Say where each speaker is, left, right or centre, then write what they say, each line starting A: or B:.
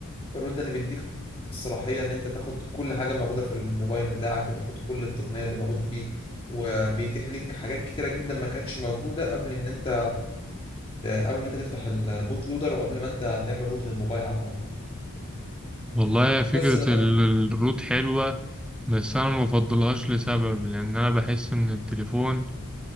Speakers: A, on the left; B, in the centre.
A: الروت ده اللي بيديك الصلاحية إن أنت تاخد كل حاجة موجودة في الموبايل بتاعك وتاخد كل التقنية اللي موجودة فيه وبيتيح لك حاجات كتيرة جدا ما كانتش موجودة قبل إن أنت قبل ما أنت تفتح البوت لودر وقبل ما أنت تعمل روت للموبايل عامة
B: والله يا فكرة
A: بس للأن...
B: ال- الروت حلوة بس أنا ما بفضلهاش لسبب لأن أنا بحس إن التليفون